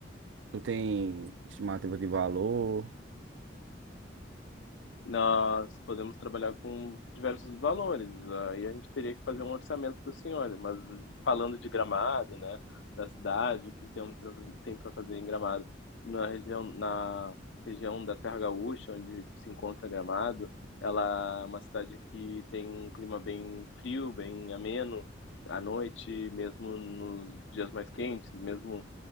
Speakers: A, on the right; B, on the left.
A: tu tem estimativa de valor?
B: Nós podemos trabalhar com diversos valores, aí a gente teria que fazer um orçamento para o senhor, mas falando de Gramado, né, da cidade, o que temos para fazer, tem para fazer em Gramado, na região, na região da Serra Gaúcha, onde se encontra Gramado, ela é uma cidade que tem um clima bem frio, bem ameno, à noite, mesmo nos dias mais quentes, mesmo